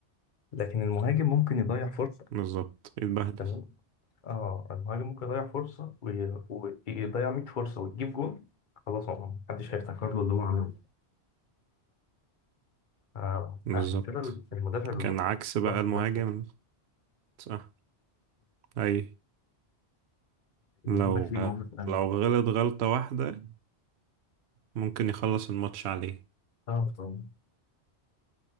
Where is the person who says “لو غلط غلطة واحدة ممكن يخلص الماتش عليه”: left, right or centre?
Right